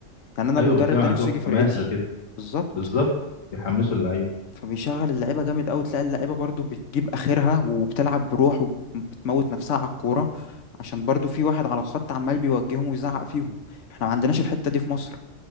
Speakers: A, on the left (about 70°); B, on the left (about 90°).
A: يعني انا
B: ايوه
A: المدرب
B: بتلاقي
A: ده
B: عندهم
A: نفسه يجي فرقتي
B: حماسه كده
A: بالظبط
B: بالظبط يحمسوا اللعيبه
A: فبيشغل اللعيبه جامد قوي تلاقي اللعيبه برضو بتجيب اخرها وبتلعب بروح وبتموت نفسها على الكوره عشان برضو في واحد على الخط عمال بيوجههم ويزعق فيهم احنا ما عندناش الحته دي في مصر